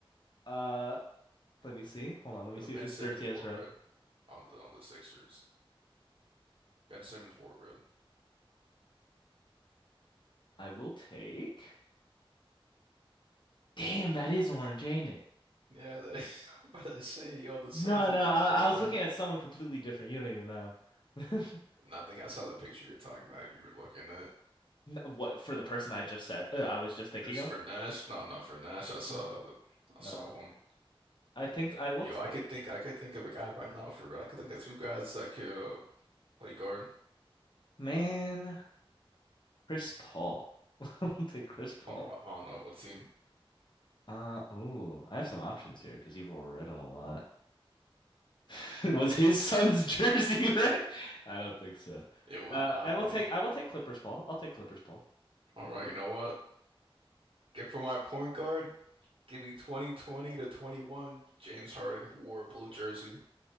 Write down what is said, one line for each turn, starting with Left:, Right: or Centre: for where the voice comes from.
Left: uh let me see. Hold on. Let me
Right: You
Left: see
Right: know Ben
Left: if it's
Right: Simmons
Left: dirty as
Right: wore
Left: red.
Right: red on the on the Sixers. Ben Simmons wore red.
Left: I will take Damn, that is orange,
Right: I could,
Left: ain't it?
Right: yeah, that <laughs> is, I was about to say, yo, the Suns
Left: No,
Right: did
Left: no.
Right: not
Left: I,
Right: wear
Left: I
Right: red.
Left: was looking at someone completely different. You don't even know. <laughs>
Right: And I think I saw the picture you're talking about. You were looking at
Left: No, what for the person I just said uh, I was just thinking
Right: just
Left: of?
Right: for Nash. No, not for Nash. I saw
Left: No.
Right: I
Left: No.
Right: saw one.
Left: I think I will
Right: Yo,
Left: take
Right: I could think I could think of a guy right now for red. I could think of two guys that could uh, play guard
Left: man Chris Paul. <laughs> I will take Chris Paul.
Right: on the Ro- on uh, what team?
Left: Uh, ooh, I have some options here because he wore red on a lot. <laughs> Was his son's <laughs> jersey red? I don't think so.
Right: It was
Left: Uh,
Right: not
Left: I will
Right: no.
Left: take I will take Clippers, Paul. I'll take Clippers, Paul.
Right: All right, you know what? Get for my point guard, give me 2020 to 21 James Harden who wore a blue jersey.